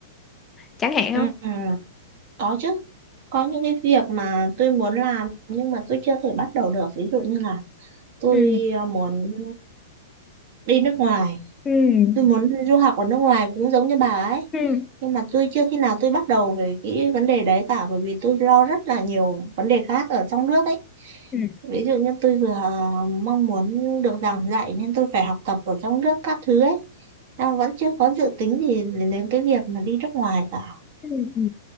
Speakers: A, on the left; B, on the right.
A: chẳng hạn không
B: Ừ, có chứ. Có những cái việc mà tôi muốn làm nhưng mà tôi chưa thể bắt đầu được. Ví dụ như là tôi
A: Ừ.
B: à, muốn đi nước ngoài
A: ừ
B: tôi muốn du học ở nước ngoài cũng giống như bà ấy
A: ừ
B: nhưng mà tôi chưa khi nào tôi bắt đầu về cái vấn đề đấy cả bởi vì tôi lo rất là nhiều vấn đề khác ở trong nước ấy
A: Ừ.
B: ví dụ như tôi vừa à, mong muốn được giảng dạy nên tôi phải học tập ở trong nước các thứ ấy à, vẫn chưa có dự tính gì đến đến cái việc mà đi nước ngoài cả
A: Ừ. ừ.